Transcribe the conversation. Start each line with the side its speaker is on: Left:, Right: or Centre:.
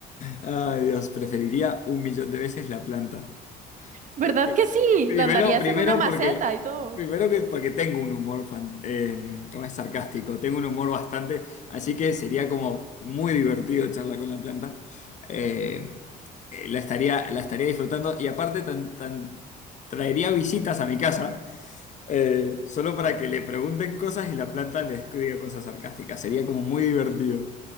Left: Ay, Dios, preferiría un millón de veces la planta.
Right: ¿Verdad
Left: Eh, pri-
Right: que sí?
Left: primero,
Right: La andarías
Left: primero
Right: en una maceta
Left: porque,
Right: y todo.
Left: primero que porque tengo un humor fan- eh, ¿cómo es? sarcástico, tengo un humor bastante, así que sería como muy divertido charlar con la planta. Eh, eh, la estaría, la estaría disfrutando y aparte tan, tan- traería visitas a mi casa eh, solo para que le pregunten cosas y la planta les diga cosas sarcásticas. Sería como muy divertido.